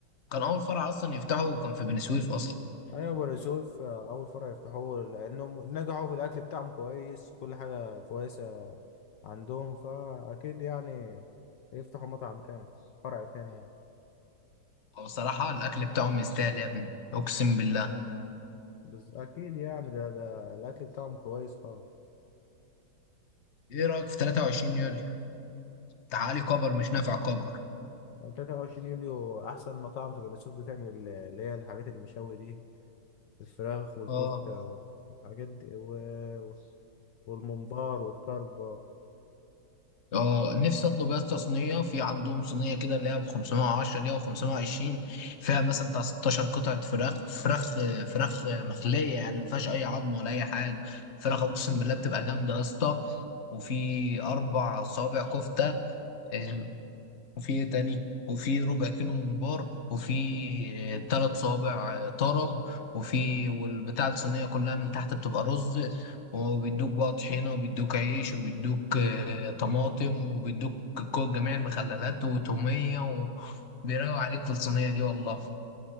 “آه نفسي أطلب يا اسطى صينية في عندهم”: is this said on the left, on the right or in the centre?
Left